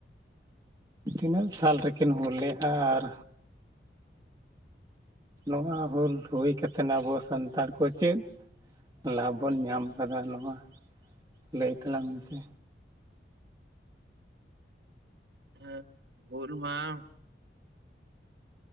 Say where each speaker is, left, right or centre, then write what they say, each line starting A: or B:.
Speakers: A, on the right; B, on the right.
A: ᱛᱤᱱᱟᱹᱜ ᱥᱟᱞ ᱨᱮ ᱠᱤᱱ ᱦᱩᱞ ᱞᱮᱼᱟ ᱟᱨ ᱱᱚᱣᱟ ᱦᱩᱞ ᱦᱩᱭ ᱠᱟᱛᱮᱜ ᱱᱟ ᱟᱵᱚ ᱥᱟᱱᱛᱟᱲ ᱠᱚ ᱪᱮᱫ ᱞᱟᱵᱷ ᱵᱚᱱ ᱧᱟᱢ ᱠᱟᱫᱟ ᱱᱚᱣᱟ ᱞᱟᱹᱭ ᱛᱟᱞᱟᱝ ᱢᱮᱥᱮ
B: ᱦᱮᱸ ᱦᱩᱞ ᱢᱟᱦᱟ